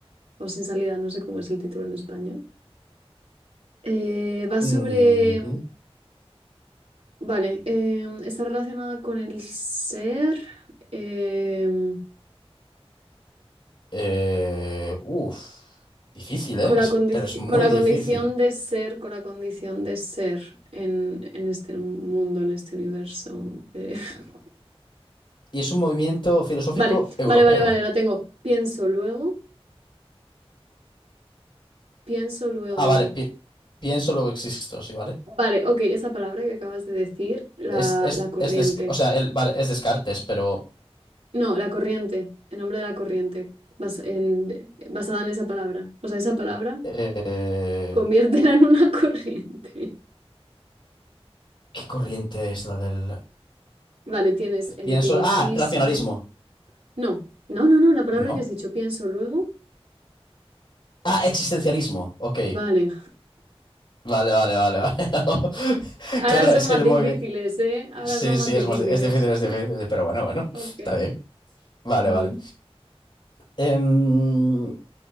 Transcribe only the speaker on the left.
Ujú.
Eh, uf. Difícil, ¿eh?
Es-
pero es muy
difícil.
Y es un movimiento filosófico
europeo.
Ah, vale, pienso, luego existo, sí, ¿vale?
Es, es,
es des- o sea, el- vale, es Descartes, pero
eh,
¿qué corriente es la del...?
Pienso... Ah, racionalismo,
¿no?
Ah, existencialismo, ok.
Vale, vale, vale, vale. <laughs>
Claro, es
que
el
movimiento...
Sí,
sí,
es más, es difícil, es difícil, pero bueno, bueno,
está bien. Vale,
vale. Em,